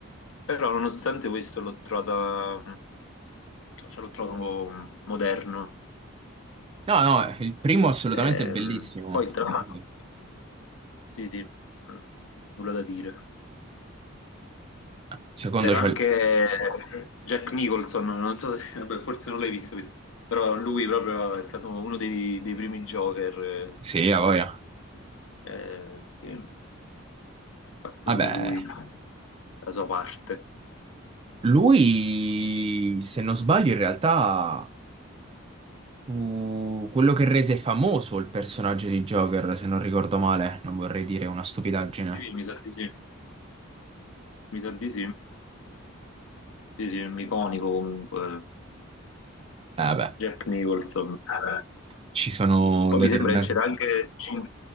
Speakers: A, on the left; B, on the right.
A: Però nonostante questo l'ho trovata, cioè l'ho trovato moderno.
B: No, no, il primo assolutamente
A: Ehm,
B: è bellissimo,
A: poi
B: il
A: tra
B: secondo,
A: l'altro,
B: il
A: sì, sì, mm, nulla da dire.
B: secondo
A: C'era
B: cioè
A: anche Jack Nicholson, non so se, <laughs> vabbè, forse non l'hai visto questo, però lui proprio è stato uno dei, dei primi Joker, eh,
B: Sì, a voglia.
A: eh, sì, ha fatto
B: Vabbè,
A: pure lui la sua parte.
B: lui, se non sbaglio, in realtà fu quello che rese famoso il personaggio di Joker, se non ricordo male. Non vorrei dire una stupidaggine.
A: Sì, mi sa di sì, mi sa di sì, sì, sì, è un iconico comunque.
B: Eh beh,
A: Jack Nicholson. Eh.
B: ci sono
A: Poi
B: determinati...
A: mi sembra che c'era anche Jim,